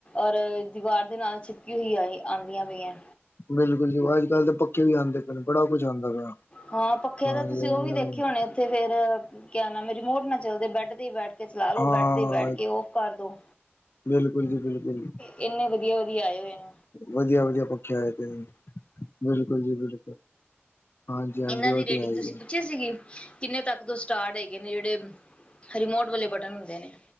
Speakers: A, on the left; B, on the left.
A: ਔਰ ਦੀਵਾਰ ਦੇ ਨਾਲ ਚਿਪਕੀ ਹੋਈ ਆਈ ਆਦੀਆਂ ਪਈਐਂ।
B: ਬਿਲਕੁਲ ਜੀ ਅੱਜ ਕੱਲ੍ਹ ਤਾਂ ਪੱਖੇ ਵੀ ਆਦੇ ਪਏ ਨੇ ਬੜਾ ਕੁੱਝ ਆਦਾ ਪਿਆ।
A: ਹਾਂ ਪੱਖੇ ਦਾ ਤੁਸੀਂ
B: ਜੀ, ਇਹਨਾਂ
A: ੳ ਵੀ ਦੇਖੇ
B: ਨੂੰ-
A: ਹੋਨੇ ਉੱਥੇ ਫੇਰ ਕਿਆ ਨਾਮ ਏ ਰਿਮੋਟ ਨਾ ਚੱਲਦੇ, ਬੈਡ ਤੇ ਹੀ ਬੈਠ ਕੇ ਚਲਾ ਲੋ
B: ਹਾਂ
A: ਬੈਡ ਤੇ ਬੈਠ ਕੇ ਔਫ ਕਰ ਦੋ।
B: ਬਿਲਕੁਲ ਜੀ ਬਿਲਕੁਲ।
A: ਇੰਨੇ ਵਧੀਆ ਵਧੀਆ ਆਏ ਹੋਏ ਨੇ।
B: ਵਧੀਆ ਵਧੀਆ ਪੱਖੇ ਆਏ ਦੇ ਨੇ ਬਿਲਕੁਲ ਜੀ ਬਿਲਕੁਲ। ਹਾਂਜੀ-ਹਾਂਜੀ
A: ਇਹਨਾਂ
B: ਉਹ
A: ਦੀ
B: ਤੇ
A: ਰੇਟਿੰਗ
B: ਹੈ
A: ਤੁਸੀਂ
B: ਈ ਏ।
A: ਪੁੱਛੀ ਸੀਗੀ ਕਿੰਨੇ ਤੱਕ ਤੋਂ ਸਟਾਰਟ ਹੈਗੇ ਨੇ ਜੇੜੇ ਰਿਮੋਟ ਵਾਲੇ ਬਟਨ ਹੁੰਦੇ ਨੇ।